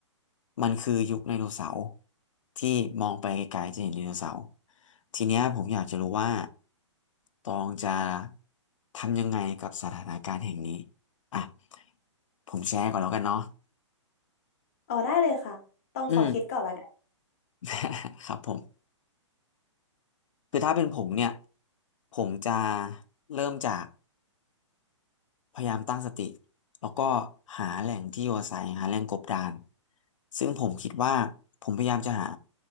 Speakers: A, on the left; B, on the left.
A: มันคือยุคไดโนเสาร์ที่มองไปไกลๆจะเห็นไดโนเสาร์ทีเนี้ยผมอยากจะรู้ว่าตองจะทำยังไงกับสถานการณ์แห่งนี้อ่ะผมแชร์ก่อนแล้วกันเนาะ
B: อ๋อได้เลยค่ะต้องขอคิดก่อนละกัน
A: อืม <laughs> ครับผมคือถ้าเป็นผมเนี่ยผมจะเริ่มจาก พยายามตั้งสติแล้วก็หาแหล่งที่อยู่อาศัยหาแหล่งกบดานซึ่งผมคิดว่าผมพยายามจะหา